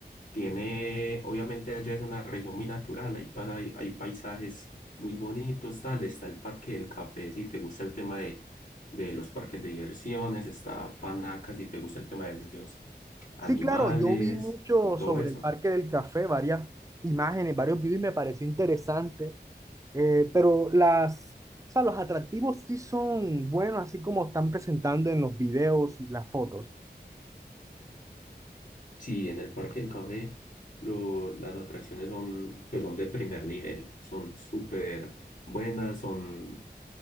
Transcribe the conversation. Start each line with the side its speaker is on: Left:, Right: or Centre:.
Left: tiene, obviamente allá es una región muy natural. Hay, pasa- hay, hay paisajes muy bonitos, tal. Está el Parque del Café, si te gusta el tema de, de los parques de diversiones. Está Panaca, si te gusta el tema de museos animales
Right: Sí, claro, yo vi mucho
Left: y todo
Right: sobre
Left: eso.
Right: el Parque del Café, varias imágenes, varios videos y me pareció interesante. Eh, pero las, o sea, los atractivos sí son buenos, así como están presentando en los videos y las fotos.
Left: Sí, en el Parque del Café lo, las atracciones son, pues son de primer nivel, son súper buenas, son,